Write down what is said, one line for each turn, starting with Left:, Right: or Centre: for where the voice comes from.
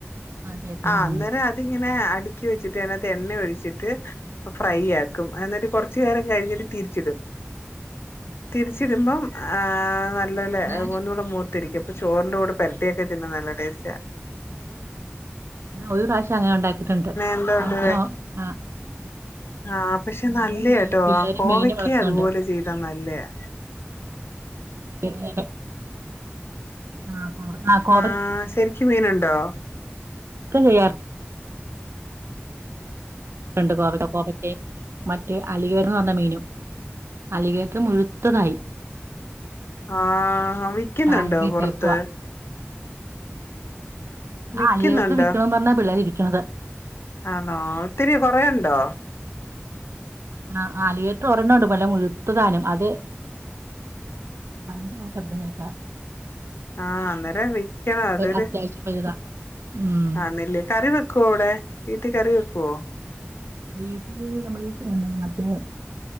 Right: ആഹ് കേക്കാം
Left: ആ അന്നേരം
Right: ഉം
Left: അതിങ്ങനെ ഇക്കി വെച്ചിട്ട് അതിനകത്ത് എണ്ണ ഒഴിച്ചിട്ട് ഫ്രൈ ആക്കും ക്കും എന്നിട്ട് കുറച്ചുനേരം ഇതു കഴിഞ്ഞിട്ട് തിരിച്ചിടും തിരിച്ചിടുമ്പം ആ ഇല്ലല്ല
Right: ഞാന്
Left: ഒന്നൂടെ ത്തിരിക്കും അപ്പൊ ചോറിന്റെ കൂടെ പെരട്ടിയൊക്കെ തിന്ന നല്ല ടെസ്റ്റാ
Right: ഒരു പ്രാശ് ശങ്ങനെ ഉണ്ടാക്കിട്ടുണ്ട്
Left: എന്തുണ്ട്
Right: ആഹ് പിന്നെ ആഹ്.
Left: ആഹ് പക്ഷെ
Right: പിന്നെ
Left: നല്ലയാട്ടോ
Right: മീ പിള്ളേര്
Left: ആ കോവയ്ക്ക
Right: മീന് വളർത്തുന്നുണ്ട്
Left: അതുപോലെ ചെയ്താ നല്ലയാ.
Right: മിനിയം ആഹ്. കോ കോവക്ക
Left: ആഹ് ശെരി. ക്ക് മീനുണ്ടോ?
Right: ക്ക ചെയ്യ. രണ്ടു കോവയ്ക്കയും മറ്റ് അലിഗേറ്ററന്നു പറഞ്ഞ മീനും. അലിഗേറ്റർ മുഴുത്തത് ആയി.
Left: ആ വിയ്ക്കുന്നുണ്ടോ
Right: ടാങ്കിലിട്ടേക്കുവാ
Left: പൊറത്ത്? വിക്കുന്നുണ്ടോ
Right: ആ അലിഗേറ്റർ വിയ്ക്കണോന്ന് പറഞ്ഞാ പിള്ളേര് ഇരി ക്കണത്
Left: ആന്നോ ഒത്തിരി കൊറെയൊണ്ടോ?
Right: ആ ആ അലിഗേറ്റർ ഒരെണ്ണം ഒണ്ട് നല്ല മുഴുത്ത സാധനം അത് വണ്ടി പോയ ശബ്ദം കേക്കാ
Left: ആ അന്നേരം വിയ്ക്കണം അതൊരു
Right: അത്യാവശ്യം വലുതാ ഉം
Left: ആന്നല്ലേ കറിവെക്ക് ക്കോ അവിടെ വീട്ടി കറി വെക്കു‌വോ?
Right: വീട്ടില് നമ്മള് ഈ <unintelligible> മറ്റേ